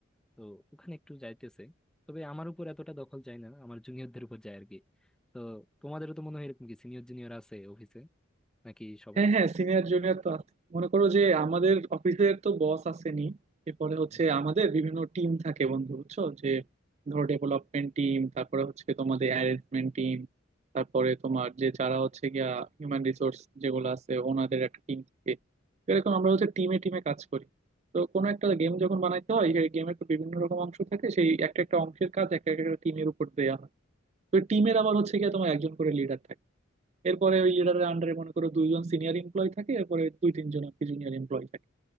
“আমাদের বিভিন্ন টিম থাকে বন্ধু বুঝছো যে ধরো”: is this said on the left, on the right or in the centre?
Right